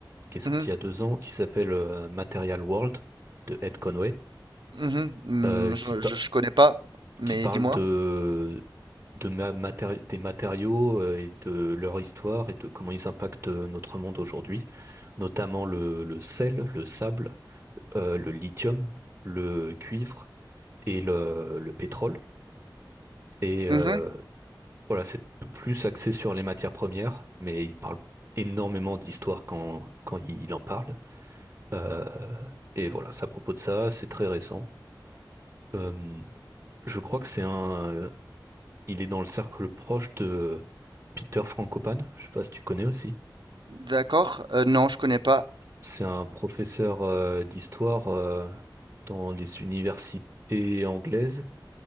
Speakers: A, on the right; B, on the right.
A: qui est sorti
B: mhm,
A: il y a deux ans, qui s'appelle euh, Material World de Ed Conway,
B: Mm, mhm. Mm,
A: euh, qui,
B: je,
A: pa-
B: je, je connais pas, mais
A: qui parle
B: dis-moi.
A: de, de ma- matéri- des matériaux euh, et de leur histoire et de comment ils impactent euh, notre monde aujourd'hui, notamment le, le sel, le sable, euh, le lithium, le cuivre et le, le pétrole. Et euh,
B: Mm, Mhm,
A: voilà, c'est p- plus axé sur les matières premières, mais il parle énormément d'histoire quand, quand il en parle. Euh, et voilà, c'est à propos de ça, c'est très récent. Euh, je crois que c'est un. euh, il est dans le cercle proche de Peter Frankopan. Je sais pas si tu connais aussi.
B: D'accord. Euh, non, je connais pas.
A: C'est un professeur euh, d'histoire euh, dans les universités anglaises,